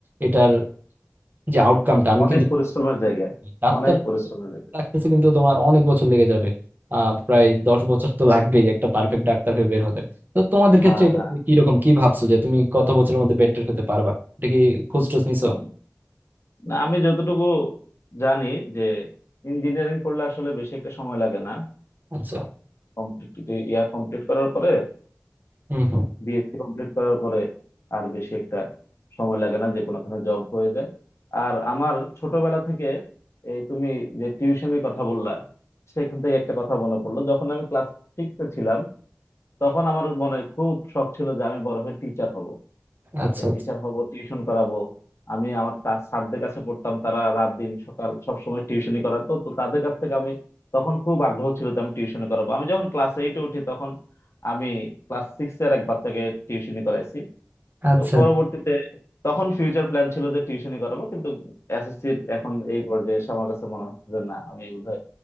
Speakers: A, on the right (about 35°); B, on the left (about 60°).
A: এটার যে আউটকামটা আমি
B: অনেক
A: কিন্তু
B: পরিশ্রমের জায়গা
A: ডাক্তার
B: অনেক পরিশ্রমের জায়গা
A: লাগতেছে কিন্তু তোমার অনেক বছর লেগে যাবে আহ প্রায় দশ বছর তো লাগবেই একটা পারফেক্ট ডাক্তার হয়ে বের হতে তো তোমাদের ক্ষেত্রে
B: হ্যাঁ
A: এটা
B: হ্যাঁ
A: কি রকম কি ভাবছো যে তুমি কত বছরের মধ্যে বেটার হতে পারবা এটা কি খোঁজ টোজ নিছো
B: উম, না, আমি যতটুকু জানি যে ইঞ্জিনিয়ারিং পড়লে আসলে বেশি একটা সময় লাগে না
A: আচ্ছা
B: কমপ্লিট ইয়া কমপ্লিট করার পরে
A: হুম হুম
B: বিএসসি কমপ্লিট করার পরে আর বেশি একটা সময় লাগে না যে কোনোখানে জব হয়ে যায় আর আমার ছোটবেলা থেকে এই তুমি যে টিউশনের কথা বললা সেখান থেকে একটা কথা মনে পড়লো যখন আমি ক্লাস সিক্সে ছিলাম তখন আমার মনে খুব শখ ছিল যে আমি বড় হয়ে টিচার হব
A: আচ্ছা আচ্ছা
B: টিচার হব টিউশন করাবো আমি আমার তা- স্যারদের কাছে পড়তাম তারা রাত দিন সকাল সব সময় টিউশনি করাতো তো তাদের কাছ থেকে আমি তখন খুব আগ্রহ ছিল যে আমি টিউশনি করাবো আমি যখন ক্লাস এইটে উঠি তখন আমি ক্লাস সিক্স এর এক বাচ্চাকে টিউশনি করাইছি
A: আচ্ছা
B: তো পরবর্তীতে তখন ফিউচার প্ল্যান ছিল যে টিউশনই করাবো কিন্তু এসএসসির এখন এই পর্যায়ে এসে আমার কাছে মনে হচ্ছে যে না আমি বোধহয়